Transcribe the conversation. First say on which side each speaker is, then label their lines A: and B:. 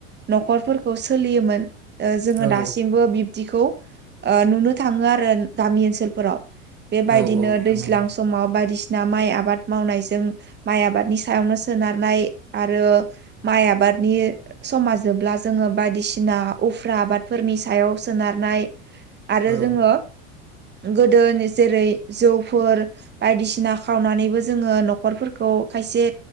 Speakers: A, on the right; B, on the right.
A: न'खरफोरखौ सोलियोमोन। ओ जोङो
B: औ
A: दासिमबो बिब्दिखौ ओ नुनो थाङो आरो गामि ओनसोलफोराव। बेबायदिनो
B: औ औ नोंथां
A: दैज्लां
B: औ
A: समाव बायदिसिना माइ आबाद मावनायजों माइ आबादनि सायावनो सोनारनाय आरो माइ आबादनि समा जोबब्ला जोङो बायदिसिना उफ्रा आबादफोरनि सायाव सोनारनाय आरो
B: औ
A: जोङो गोदोनि जेरै जौफोर बायदिसिना खावनानैबो जोङो न'खरफोरखौ खायसे